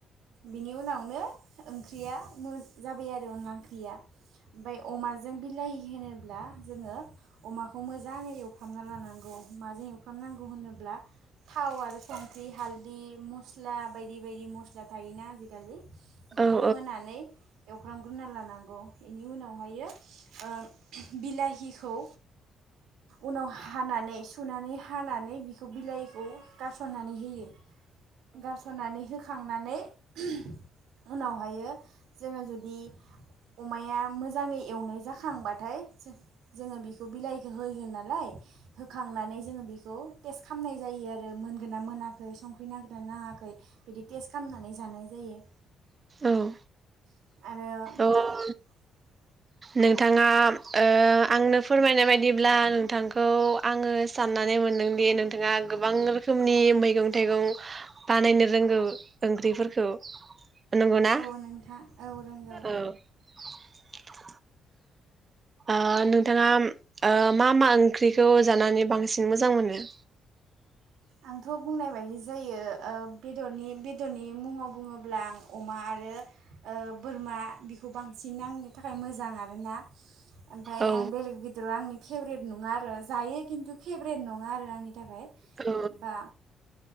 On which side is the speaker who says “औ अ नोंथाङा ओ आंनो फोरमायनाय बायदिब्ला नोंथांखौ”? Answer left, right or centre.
Right